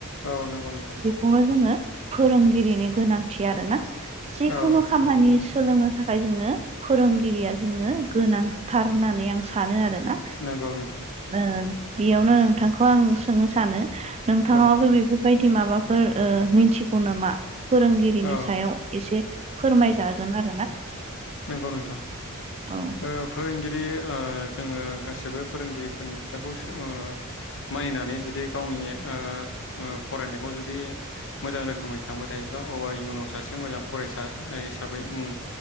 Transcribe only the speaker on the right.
<unintelligible> जोङो फोरोंगिरिनि गोनांथि आरोना जिखुनु
खामानि
सोलोंनो थाखाय जोंनो फोरोंगिरिया जोंनो गोनांथार होननानै आं सानो आरोना
ओ बियावनो नोंथांखौ आं सोंनो सानो नोंथाङाबो
बेफोर बायदि माबाफोर ओ मिथिगौ नामा फोरोंगिरिनि
सायाव एसे फोरमायजा <unintelligible>
औ